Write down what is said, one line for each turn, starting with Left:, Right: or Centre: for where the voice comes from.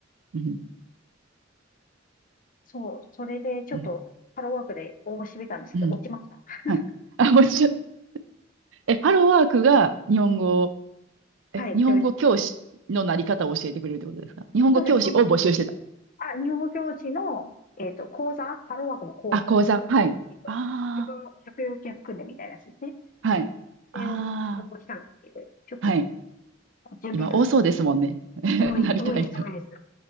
Right: うん、
Left: そう、それでちょっとハローワークで応募してみたんですけど、
Right: うん、うん。
Left: 落ちました。<laughs>
Right: はい。あ、もちろん、え、ハローワークが日本語え、
Left: はい、
Right: 日本語教師のなり方を教えてくれるってことですか日本語教師を募集してた。
Left: 教師。そうです、その、あ、日本語教師の、えっと、講座、ハローワークの講、
Right: あ、講座。はい。
Left: えっと、
Right: あ
Left: 職業、職業訓練みたいなやつですね。
Right: あ、はい。あ
Left: それを応募したんですけど、ちょっと
Right: あ、はい。
Left: 準備不足。
Right: 今多そうですもんね。<laughs>
Left: 多い、
Right: なりたい人。
Left: 多いです、多いです。